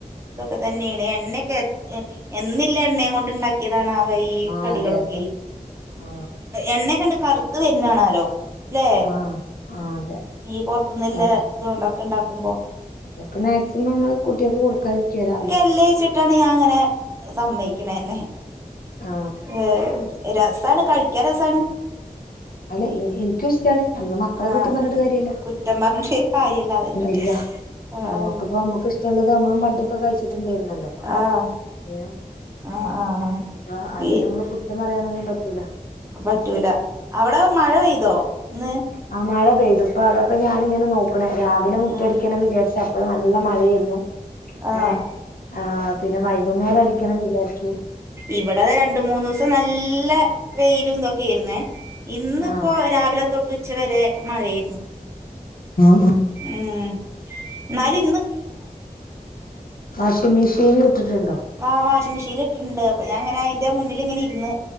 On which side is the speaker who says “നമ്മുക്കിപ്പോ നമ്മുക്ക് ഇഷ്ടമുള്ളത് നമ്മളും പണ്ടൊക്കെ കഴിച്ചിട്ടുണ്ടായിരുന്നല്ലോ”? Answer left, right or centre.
Left